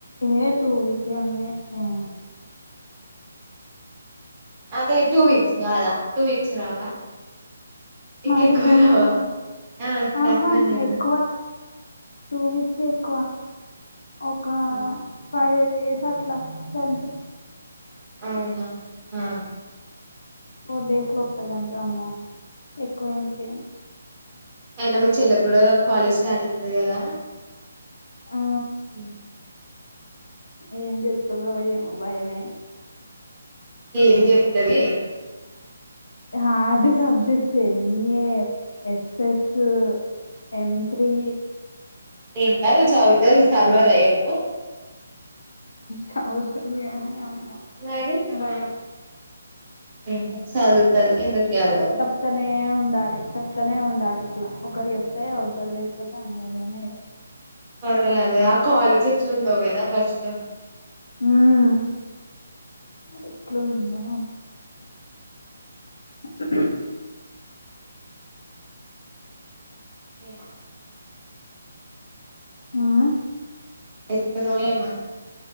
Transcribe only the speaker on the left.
ఏ టూ వీక్స్ ఏంది ఏం
మరి గన్నరు
ఆహా
ఎక్కువ టూ వీక్స్ ఎక్కువ ఒక
ఫైవ్ డేస్ అట్లా గంతే
ఫోర్ డేస్లో వత్తా గంతే అమ్మో ఎక్కువ ఎందుకే
ఆ
ఏం చెప్తాదో ఏమో భయమే
hard subjects ఎన్ఏ SS M three
చదువుతాది కాని అమ్మ
భయం
ప్తనే ఉండాలి చెప్తనే ఉండాలి ఇట్లా ఒకరు చెప్తే చదువుతాది లేకపోతే ఆమె చదువనే
ఉమ్మ్ అది ఎట్లుందో అ
ఉమ్మ్